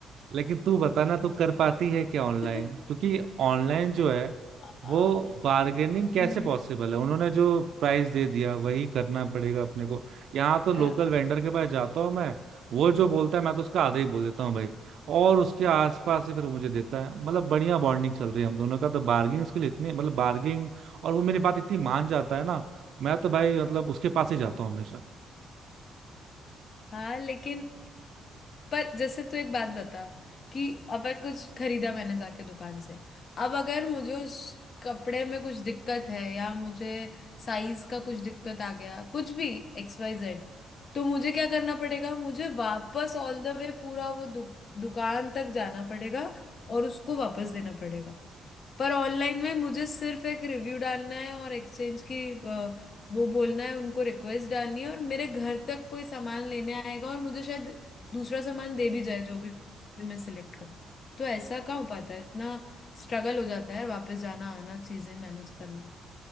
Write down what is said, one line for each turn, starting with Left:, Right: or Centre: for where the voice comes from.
Right: लेकिन तू बताना तू कर पाती है क्या ऑनलाइन
Left: <laughs>
Right: क्योंकि ऑनलाइन जो है
Left: आ,
Right: वो बार्गेनिंग कैसे
Left: हम्म
Right: पॉसिबल है उन्होंने जो प्राइस दे दिया वही करना पड़ेगा अपने को यहाँ तो लोकल
Left: आ,
Right: वेंडर के पास जाता हूँ मैं वो जो बोलता है मैं तो उसका आधा ही बोल देता हूँ भाई और उसके आसपास ही फिर वो मुझे देता है मतलब बढ़िया बॉन्डिंग चल रही है हम दोनों का तो बार्गेनिंग के लिए इतनी मतलब बार्गेनिंग और वो मेरी बात इतनी मान जाता है ना मैं तो भाई मतलब उसके पास ही जाता हूँ हमेशा
Left: हाँ लेकिन पर जैसे तू एक बात बता कि अपन कुछ खरीदा मैंने जाके दुकान से अब अगर मुझे उस कपड़े में कुछ दिक्कत है या मुझे साइज का कुछ दिक्कत आ गया कुछ भी एक्स वाई जेड तो मुझे क्या करना पड़ेगा मुझे वापस ऑल द वे पूरा वो दु, दुकान तक जाना पड़ेगा और उसको वापस देना पड़ेगा पर ऑनलाइन में मुझे सिर्फ एक रिव्यू डालना है और एक्सचेंज की अ, वो बोलना है उनको रिक्वेस्ट डालनी है और मेरे घर तक कोई सामान लेने आएगा और मुझे शायद दूसरा सामान दे भी जाए जो भी भी मैं सिलेक्ट करूँ तो ऐसा कहाँ हो पाता है इतना स्ट्रगल हो जाता है वापस जाना आना चीजें मैनेज करना